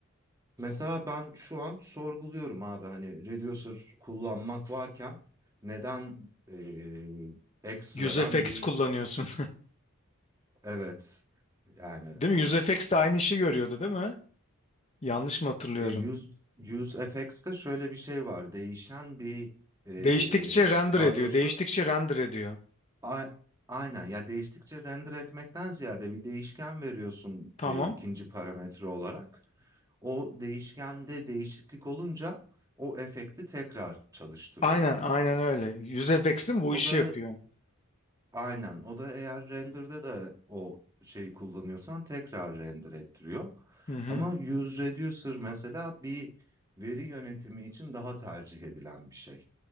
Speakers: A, on the right; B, on the left.
A: Mesela ben şu an sorguluyorum abi hani Reducer kullanmak varken neden eee, ekstradan
B: UseFX
A: bir
B: kullanıyorsun.
A: evet yani
B: <laughs> Değil mi? UseFX de aynı işi görüyordu değil mi? Yanlış mı hatırlıyorum?
A: ya use, use FX'te şöyle bir şey var değişen bir eee,
B: Değiştikçe render
A: daha
B: ediyor.
A: doğrusu
B: Değiştikçe render ediyor.
A: a- aynen ya değiştikçe render etmekten ziyade bir değişken veriyorsun
B: Tamam.
A: eee, ikinci parametre olarak o değişkende değişiklik olunca o efekti tekrar çalıştırıyor.
B: Aynen aynen öyle. UseFX değil mi? Bu
A: O
B: işi
A: da
B: yapıyor.
A: Aynen. O da eğer render'da da o şeyi kullanıyorsan tekrar render ettiriyor.
B: Hı hı.
A: Ama use reducer mesela bir veri yönetimi için daha tercih edilen bir şey.